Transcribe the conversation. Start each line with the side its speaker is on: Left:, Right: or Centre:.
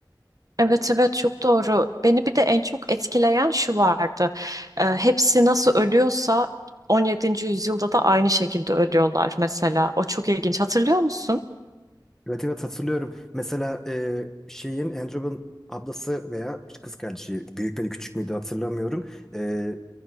Right: Evet evet çok doğru. Beni bir de en çok etkileyen şu vardı. Ee, hepsi nasıl ölüyorsa 17. yüzyılda da aynı şekilde ölüyorlar mesela. O çok ilginç. Hatırlıyor musun?
Centre: Evet evet hatırlıyorum. Mesela e, şeyin Andrew'un ablası veya kız kardeşi büyük müydü küçük müydü hatırlamıyorum. E,